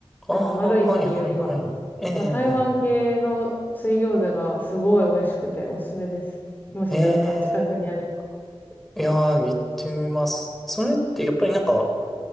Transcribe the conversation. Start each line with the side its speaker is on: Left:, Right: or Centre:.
Centre: ああ、
Left: なんか丸いっていうよりは。
Centre: はい、はい、はい。ええ、
Left: なんか台湾系の水餃子がすごい美味しくておすすめです。もしなんか近くにある。
Centre: ええ。ええいやー、行ってみます。それってやっぱりなんか、